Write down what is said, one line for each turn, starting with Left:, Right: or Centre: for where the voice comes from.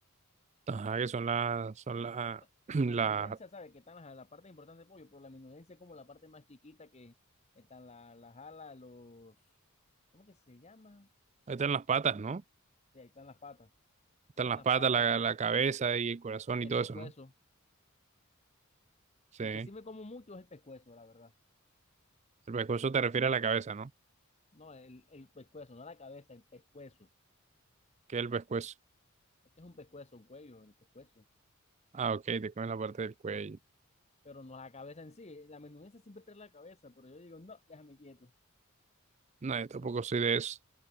Right: Ajá, que son las, son las,
Left: sea,
Right: <clears throat> las,
Left: la menudencia, sabe que están las- la, parte importante del pollo, pero la menudencia es como la parte más chiquita que están la- las alas, los, ¿cómo que se llama?
Right: están las patas, ¿no?
Left: Sí, ahí están las patas,
Right: Están
Left: están
Right: las
Left: las
Right: patas,
Left: patas,
Right: la,
Left: ahí está
Right: la cabeza y el corazón
Left: el
Right: y todo
Left: pescuezo.
Right: eso, ¿no? Sí.
Left: El
Right: El
Left: que sí me como mucho es el pescuezo, la verdad.
Right: pescuezo te refiere a la cabeza, ¿no?
Left: No, el, el pescuezo, no la cabeza, el pescuezo.
Right: ¿Qué es el pescuezo?
Left: Es que es un pescuezo, un cuello, el pescuezo.
Right: Ah, ok, te comes la parte del cuello.
Left: Pero no la cabeza en sí. La menudencia siempre trae la cabeza, pero yo digo, no, déjame quieto.
Right: No, yo tampoco
Left: Así,
Right: soy de eso.